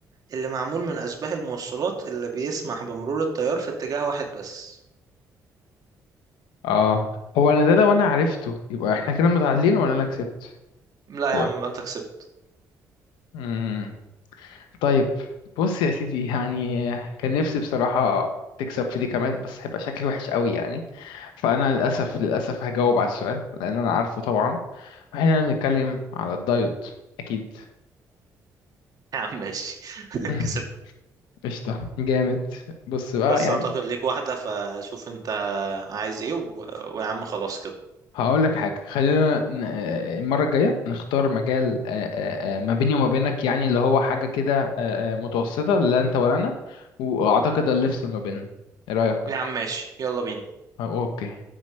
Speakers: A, on the right (about 55°); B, on the left (about 80°).
A: اللي معمول من اشباه الموصلات اللي بيسمح بمرور التيار في اتجاه واحد بس
B: اه هو انا ده لو انا عرفته يبقى احنا كده متعادلين ولا انا كسبت
A: لا يا
B: هو
A: عم يبقى انت كسبت
B: امم طيب بص يا سيدي يعني كان نفسي بصراحة تكسب في دي كمان بس هيبقى شكلي وحش قوي يعني فانا للاسف للاسف هجاوب على السؤال لان انا عارفه طبعا واحنا بنتكلم على الدايت اكيد
A: <laughs> يا عم ماشي <laughs>
B: <laughs>
A: كسبت
B: قشطة جامد بص بقى
A: بس
B: يعني
A: اعتقد ليك واحدة فشوف انت عايز ايه و... ويا عم خلاص كده
B: هقول لك حاجة خلينا ن- آه، المرة الجاية نختار مجال آه، آه، آه، ما بيني وما بينك يعني اللي هو حاجة كده آه، آه، متوسطة لا أنت ولا أنا وأعتقد اللي يفصل ما بيننا إيه رأيك؟
A: يا عم ماشي يلا بينا
B: آه، أوكي